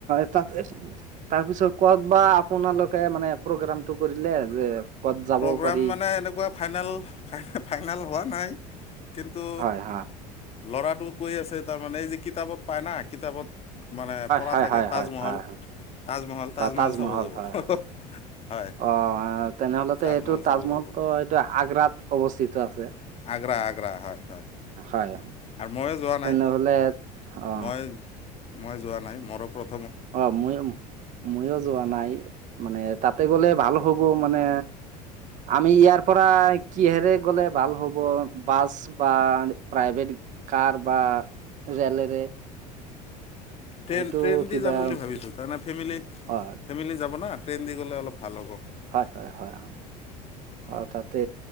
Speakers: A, on the right; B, on the left.
A: <unintelligible> তাৰপিছত ক'ত বা আপোনালোকে মানে প্ৰগ্ৰামটো কৰিলে যে। ক'ত যাব?
B: প্ৰগ্ৰাম
A: পাৰি
B: মানে এনেকুৱা ফাইনেল ফাই ফাইনেল হোৱা নাই। কিন্তু
A: হয় হয়
B: ল'ৰাটো কৈ আছে তাৰমানে এই যে কিতাপত পায় না কিতাপত। মানে পৰা
A: হয়
B: থাকে
A: হয়
B: তাজমহল
A: হয় হয় হয়
B: তাজমহল তাজমহল
A: হয়
B: চাব যাব।
A: হয় হয়
B: হয়
A: অ' তেনেহ'লেতে
B: তাজমহল
A: এইটো
B: চাব
A: তাজমহল
B: যাব
A: এইটো আগ্ৰাত অৱস্থিত আছে।
B: আগ্ৰা আগ্ৰা হয় হয়।
A: হয়
B: আৰু ময়ো যোৱা
A: তেনেহলে
B: নাই
A: অ'।
B: মই মই যোৱা নাই, মোৰ ওপৰত।
A: অ' মইও মইও। যোৱা নাই, মানে তাতে গ'লে ভাল হ'ব মানে। আমি ইয়াৰ পৰা কিহেৰে গ'লে ভাল হ'ব, বাছ। বা প্ৰাইভেট কাৰ বা ৰে'লেৰে?
B: ট্ৰেইন
A: সেইটো
B: ট্ৰেইন
A: কিবা
B: দি যাম বুলি ভাবিছোঁ। তাৰমানে ফেমিলি
A: হয়,
B: ফেমিলি যাব না। ট্ৰেইন দি গ'লে অলপ ভাল হ'ব।
A: হয় হয় হয় হয় তাতে।